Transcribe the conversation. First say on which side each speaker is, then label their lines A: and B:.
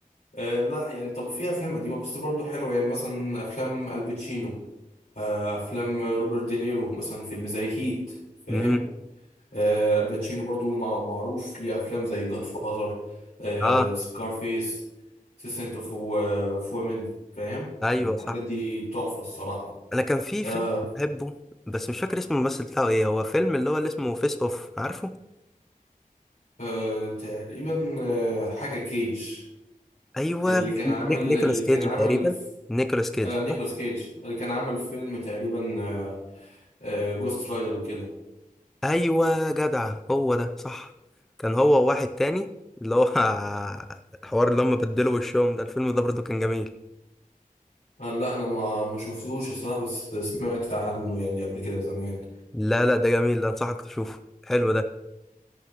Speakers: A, on the left (about 75°); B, in the centre.
A: آه لا يعني طب في افلام قديمة بس برضه حلوة يعني مثلا افلام الباتشينو آه افلام روبرت دينيرو مثلا فيلم زي هيت فاهم
B: امم
A: آه، الباتشينو برضو مع- معروف ليه افلام زي جاد فازر
B: اه
A: سكارفيس سيسنت اوف وومن فاهم
B: ايوه
A: الحاجات
B: صح
A: دي تحفه الصراحه
B: انا كان في
A: آه
B: فيلم بحبه بس مش فاكر اسمه الممثل بتاعه ايه هو فيلم اللي هو اللي اسمه فيس اوف عارفه
A: آه تقريبا آه حاجه كيج
B: ايوه
A: اللي كان
B: نيك-
A: عامل
B: نيكولاس
A: اللي
B: كيدج
A: كان عامل
B: تقريبا
A: ف-
B: نيكولاس كيدج
A: آه نيكولاس
B: صح؟
A: كيج اللي كان عامل فيلم تقريبا آه آه جوست رايدر وكده
B: ايوه جدع هو ده صح كان هو واحد تاني اللي هو <laughs> الحوار اللي هم بدلوا وشهم ده الفيلم ده برضه كان جميل
A: آه لا انا ما ما شفتوش الصراحه بس سمعت عنه يعني قبل كده زمان
B: لا لا ده جميل ده انصحك تشوفه حلو ده